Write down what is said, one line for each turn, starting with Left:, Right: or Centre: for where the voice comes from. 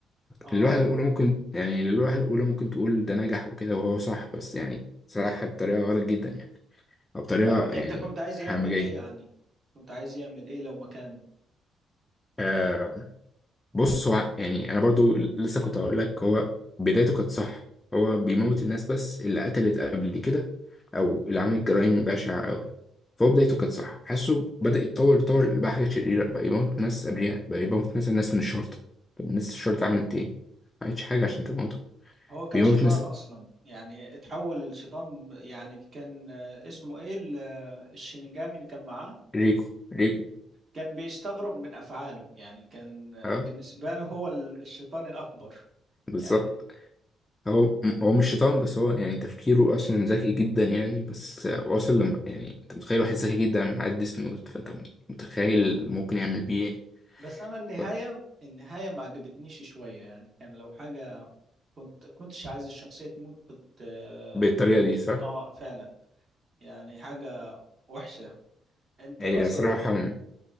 Right: آه
Left: للوهلة
Right: آه
Left: الأولى ممكن يعني للوهلة الأولى ممكن تقول ده نجح وكده وهو صح بس يعني صح بطريقة غلط جدا يعني أو بطريقة
Right: طب أنت
Left: يعني
Right: كنت عايز يعمل
Left: همجية
Right: إيه يعني؟ كنت عايز يعمل إيه لو مكانه؟
Left: آه بص هو يعني أنا برضو لسه كنت هقول لك هو بدايته كانت صح هو بيموت الناس بس اللي قتلت قبل كده أو اللي عملت جرائم بشعة أوي فهو بدايته كانت صح حاسه بدأ يتطور يتطور بقى حاجة شريرة بقى يموت ناس أبرياء بقى يموت مثلا ناس من الشرطة طب ناس الشرطة عملت إيه؟ ما عملتش حاجة عشان تموته
Right: هو كان
Left: بيموت
Right: شيطان
Left: ناس
Right: اصلا يعني اتحول للشيطان ب- يعني كان آه، اسمه ايه ال- آه، الشينيجامي اللي كان معاه
Left: ريكو ريكو
Right: كان بيستغرب من افعاله يعني كان آه،
Left: اه
Right: بالنسبه له هو ال- الشيطان الاكبر
Left: بالظبط
Right: يعني
Left: هو هو مش شيطان بس هو يعني تفكيره اصلا ذكي جدا يعني بس واصل لما يعني انت متخيل واحد ذكي جدا معدي سنوت فانت متخيل ممكن يعمل بيه ايه
Right: بس انا النهايه
Left: ف-
Right: النهايه ما عجبتنيش شويه يعني كان لو حاجه كنت كنتش عايز الشخصيه تموت بت آه،
Left: بالطريقه
Right: بت
Left: دي صح
Right: اه فعلا يعني حاجه وحشه انت
Left: هي
Right: مثلا
Left: صراحه